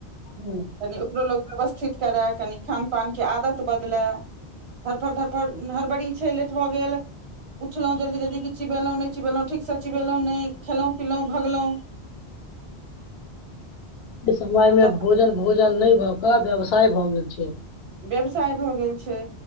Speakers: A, on the left; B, on the right.
A: हँ
B: तनि ओकरो लोग व्यवस्थित कराय कनि खान पानके आदत बदलय धरफड़ धरफड़ हड़बड़ी छै लेट भऽ गेल उठलहुँ जल्दी जल्दी कि चिबेलहुँ नहि चिबेलहुँ ठीकसँ चिबेलहुँ नहि खेलहुँ पिलहुँ भगलहुँ
A: <inaudible> समय मे
B: जखन
A: भोजन भोजन नहि भए कऽ व्यवसाय भऽ गेल छै
B: व्यवसाय भऽ गेल छै